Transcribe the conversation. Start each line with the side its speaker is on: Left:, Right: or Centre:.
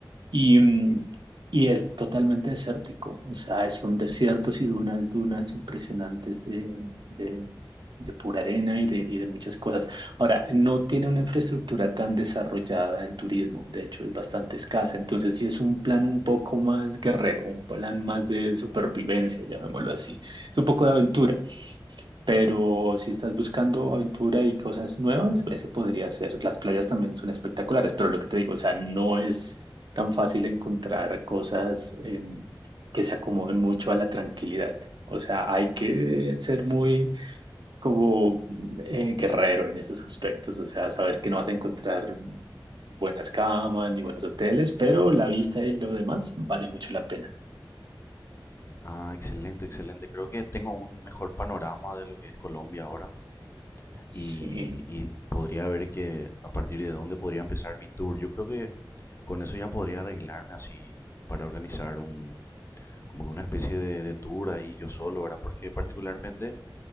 Right: Y, mm, y es totalmente desértico, o sea, son desiertos y dunas, dunas impresionantes de, de, de pura arena y de, y de muchas cosas. Ahora, no tiene una infraestructura tan desarrollada en turismo, de hecho es bastante escasa, entonces sí es un plan un poco más guerrero, un plan más de supervivencia, llamémoslo así, es un poco de aventura. Pero si estás buscando aventura y cosas nuevas, ese podría ser. Las playas también son espectaculares, pero lo que te digo, o sea, no es tan fácil encontrar cosas eh, que se acomoden mucho a la tranquilidad. O sea, hay que ser muy como eh, guerrero en esos aspectos, o sea, saber que no vas a encontrar buenas camas ni buenos hoteles, pero la vista y lo demás vale mucho la pena.
Left: Ah, excelente, excelente. Creo que tengo un mejor panorama de lo que es Colombia ahora
Right: Sí.
Left: y, y podría ver que a partir de dónde podría empezar mi tour. Yo creo que con eso ya podría arreglarme así para organizar un, como que una especie de, de tour ahí yo solo, ¿verdad? Porque particularmente